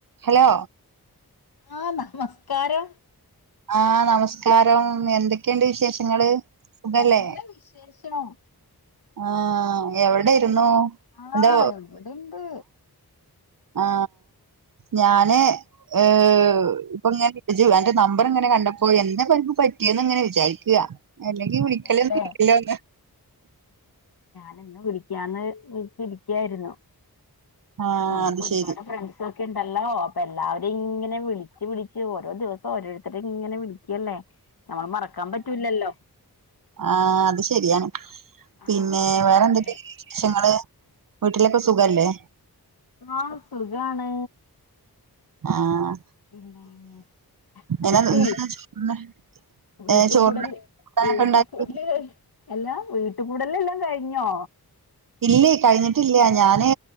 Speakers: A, on the right; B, on the left.
A: ഹലോ
B: ആ നമസ്കാരം
A: ആ നമസ്കാരം എന്തൊക്കെയുണ്ട് വിശേഷങ്ങള് സുഖല്ലേ
B: നല്ല വിശേഷം
A: ആഹ്
B: എന്താണ്
A: എവിടെ ഇരുന്നു
B: ആ
A: എന്താ
B: എവിടെണ്ട്
A: ആ ഞാന് ഏ അപ്പങ്ങനെ ഇജു അന്റെ നമ്പറിങ്ങനെ കണ്ടപ്പോ എന്തേപ്പ അനക്ക് പറ്റിയ എന്ന് എങ്ങനെ വിചാരിക്കുക അല്ലെങ്കി
B: അതെല്ലേ
A: വിളിക്കലൊന്നും ഇല്ലല്ലോന്ന്
B: ഇന്ന് വിളിക്കാന്ന് വിചാരച്ചിരിക്കായിരുന്നു
A: ആഹ്
B: നമുക്ക്
A: അത്
B: ഒരുപാട്
A: ശരി
B: ഫ്രണ്ട്സ് ഒക്കെ ഉണ്ടല്ലോ അപ്പ എല്ലാവരും ഇങ്ങനെ വിളിച്ച് വിളിച്ച് ഓരോ ദിവസം ഓരോരുത്തര ഇങ്ങനെ വിളിക്കല്ലേ നമ്മൾ മറക്കാൻ പറ്റൂല്ലല്ലോ
A: ആ അത് ശരിയാണ് പിന്നെ
B: ആഹ് പിന്നെ
A: വേറെന്തൊക്കെണ്ട് വിശേഷങ്ങള് വീട്ടിലൊക്കെ
B: ആഹ്
A: സുഖല്ലേ
B: ആഹ് സുഖാണ്
A: ആഹ്
B: പിന്നെ
A: എന്നാ എന്താ ചോറിന്
B: വീട്ട്
A: ഏഹ് ചോറിന്
B: കൂടല്
A: കൂട്ടാനൊക്കെ
B: വീട്ട്
A: ഉണ്ടാക്കി
B: കൂടല് എല്ലാ വീട്ട് കൂടല് എല്ലാം കഴിഞ്ഞോ
A: ഇല്ലേ കഴിഞ്ഞിട്ടില്ല ഞാൻ ഞാന്